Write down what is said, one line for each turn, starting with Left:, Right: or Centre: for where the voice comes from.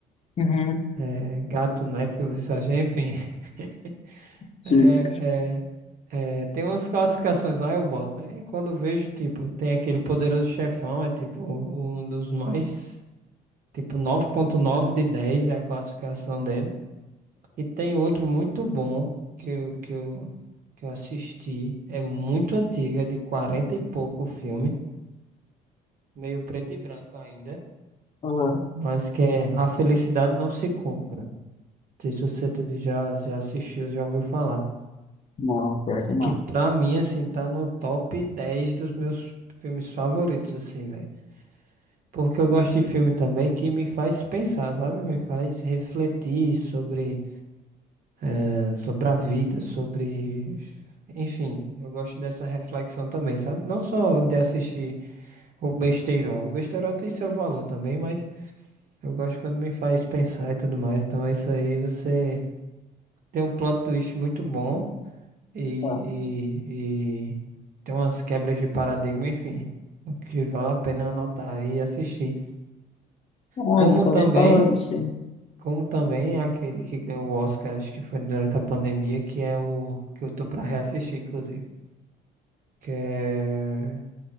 Left: Uhum.
Right: É, Gato Net, que você acha, enfim. <laughs>
Left: Sim.
Right: É, é, é, tem umas classificações lá, eu boto, né? E quando eu vejo, tipo, tem aquele poderoso chefão, é tipo um dos mais, tipo, nove ponto nove de 10 é a classificação dele. E tem outro muito bom que eu, que eu, que eu assisti, é muito antigo, é de 40 e pouco o filme, meio preto e branco ainda,
Left: Aham.
Right: mas que é A Felicidade Não Se Compra. Não sei se você já, já assistiu, já ouviu falar.
Left: Não, pior que não.
Right: que pra mim, assim, tá no top 10 dos meus filmes favoritos, assim, velho. Porque eu gosto de filme também que me faz pensar, sabe? Me faz refletir sobre, eh, sobre a vida, sobre. Enfim, eu gosto dessa reflexão também, sabe? Não só de assistir o besteirol. O besteirol tem seu valor também, mas eu gosto quando me faz pensar e tudo mais. Então, isso aí você tem um plot twist muito bom. e,
Left: Ah,
Right: e, e tem umas quebras de paradigma, enfim, o que vale a pena anotar e assistir.
Left: eu
Right: Como
Left: nunca
Right: também,
Left: ouvi falar desse.
Right: como também aquele que ganhou o Oscar, acho que foi durante a pandemia, que é o que eu tô pra reassistir, inclusive, que é